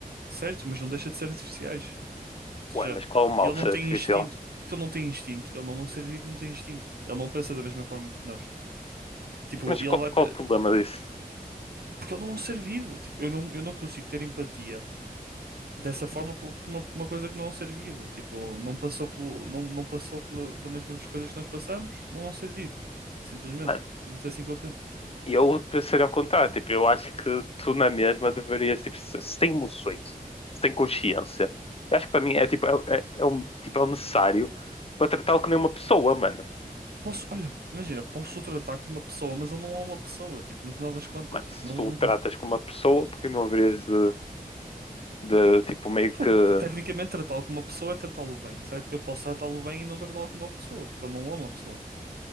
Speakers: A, on the right; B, on the left.
A: Certo, mas não deixa de ser artificiais. Ou
B: Ué,
A: seja,
B: mas qual é o mal
A: ele
B: de
A: não
B: ser
A: tem
B: artificial?
A: instinto. Porque ele não tem instinto. Ele não é um ser vivo, não tem instinto. Ele não pensa da mesma forma que nós. Tipo,
B: Mas
A: ele
B: qual,
A: vai.
B: qual
A: pe-
B: o problema disso?
A: Porque ele não é um ser vivo. Tipo, eu não, eu não consigo ter empatia dessa forma por por uma, uma coisa que não é um ser vivo. Tipo, não passou pelo, não, não passou pela, pelas mesmas coisas que nós passamos, não é um ser vivo. Simplesmente.
B: Mano,
A: Pelo menos é assim que eu penso.
B: eu pensaria ao contrário. Tipo, eu acho que tu na mesma deverias, tipo, se, se tem emoções, se tem consciência, eu acho que para mim é tipo, é, é, é um, tipo, é o necessário para tratá-lo como uma pessoa, mano.
A: Posso, olha, imagina, posso o tratar como uma pessoa, mas ele não é uma pessoa, tipo, no final das contas,
B: Mano,
A: tipo,
B: se
A: não,
B: tu
A: nunca.
B: o tratas como uma pessoa, porque não haverias de, de tipo, meio que.
A: Pô,
B: hum?
A: tecnicamente tratá-lo como uma pessoa é tratá-lo bem, certo? Eu posso tratá-lo bem e não tratá-lo como uma pessoa, porque ele não é uma pessoa.